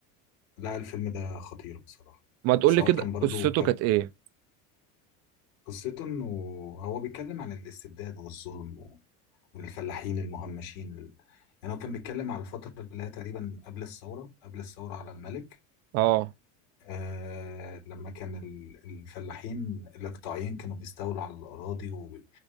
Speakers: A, on the left; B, on the right.
A: لا الفيلم ده خطير بصراحة
B: ما تقول
A: سواء
B: لي كده
A: كان برضو
B: قصته
A: كانت
B: كانت ايه
A: قصته انه هو بيتكلم عن الاستبداد والظلم و- والفلاحين المهمشين يعني هو كان بيتكلم على الفترة اللي هي تقريبا قبل الثورة قبل الثورة على الملك
B: اه
A: آه لما كان ال- الفلاحين الإقطاعيين كانوا بيستولوا على الأراضي وبي-